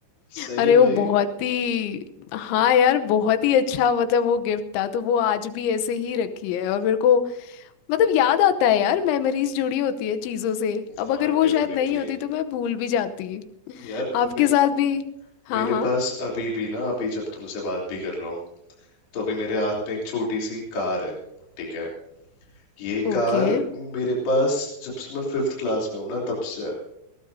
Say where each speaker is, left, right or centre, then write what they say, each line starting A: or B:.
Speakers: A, on the left; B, on the left.
A: सही
B: अरे वो
A: भाई
B: बहुत ही हाँ यार बहुत ही अच्छा मतलब वो गिफ्ट था तो वो आज भी ऐसे ही रखी है और मेरे को मतलब याद आता है यार मेमोरीज जुड़ी होती है चीजों से अब
A: हाँ
B: अगर वो
A: डेफिनेटली
B: शायद नहीं होती तो मैं भूल भी जाती
A: यार
B: आपके
A: मे,
B: साथ भी हाँ
A: मेरे
B: हाँ
A: पास अभी भी ना अभी जब तुमसे बात भी कर रहा हूँ तो अभी मेरे हाथ में एक छोटी सी कार है ठीक है ये
B: ओके
A: कार मेरे पास जब से मैं फिफ्थ क्लास में हूँ ना तब से है